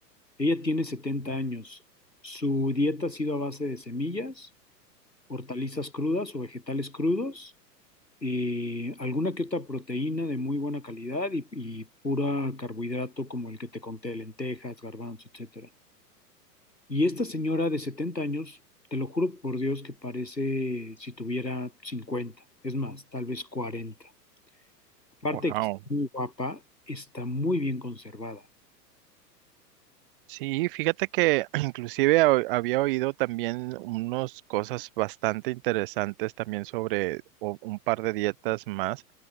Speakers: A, on the left (about 85°); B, on the right (about 35°).
A: Ella tiene 70 años. Su dieta ha sido a base de semillas, hortalizas crudas o vegetales crudos, eh, alguna que otra proteína de muy buena calidad y, y pura carbohidrato como el que te conté, lentejas, garbanzo, etcétera. Y esta señora de 70 años, te lo juro por Dios que parece si tuviera cincuenta es más, tal vez cuarenta Aparte
B: Wow.
A: de que está muy guapa, está muy bien conservada.
B: Sí, fíjate que <clears throat> inclusive ha- había oído también unas cosas bastante interesantes también sobre o- un par de dietas más,